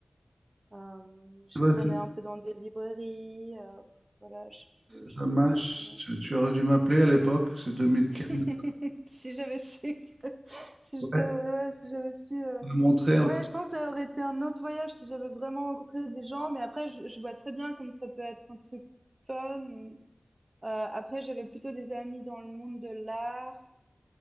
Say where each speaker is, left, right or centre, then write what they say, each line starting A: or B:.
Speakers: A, on the right; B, on the right.
A: Euh, je
B: Ouais,
A: traînais
B: C'est
A: un peu dans des librairies. euh, pff, voilà, je sais
B: c'est
A: plus, je
B: dommage.
A: sais plus exactement.
B: Tu, tu aurais dû m'appeler à l'époque, c'est 2015.
A: <laughs> si j'avais su, si je
B: Ouais.
A: te- ouais, si j'avais su, euh,
B: me montrer un
A: ouais, je pense que ça aurait été un autre voyage si j'avais vraiment rencontré des gens. Mais après, je, je vois très bien comme ça peut être un truc fun. Euh, après, j'avais plutôt des amis dans le monde de l'art.